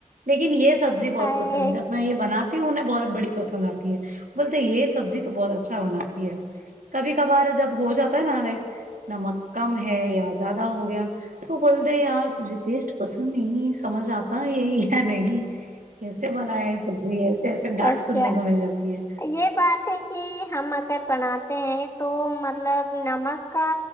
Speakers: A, on the right; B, on the left.
A: لیکن یہ سبزی بہت
B: ہائے
A: پسند جب میں یہ بناتی ہوں انھیں بہت بڑی پسند آتی ہے بولتے یہ سبزی تو بہت اچھا بنا یہ کبھی کبھار جب ہو جاتا ہے نا لائک نمک کم ہے یا زیادہ ہو گیا تو بولتے یار تجھے ٹیسٹ پسند نہیں سمجھ آتا یہ یا نہیں کیسے بنائے سبزی ایسے ایسے ڈانٹ
B: اچھا
A: سننے کو مل جاتی ہے
B: یہ بات کہ ہم اگر بناتے ہیں تو مطلب نمک کا